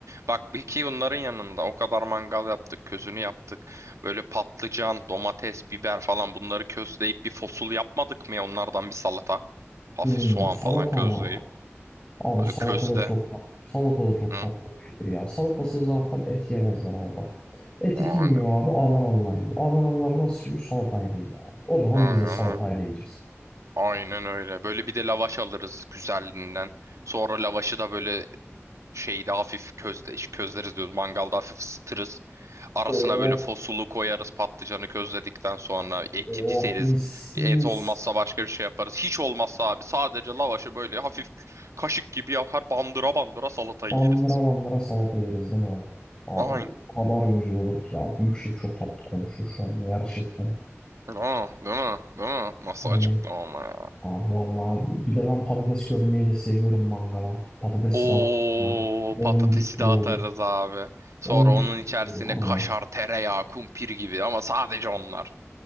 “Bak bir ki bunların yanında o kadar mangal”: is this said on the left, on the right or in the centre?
Right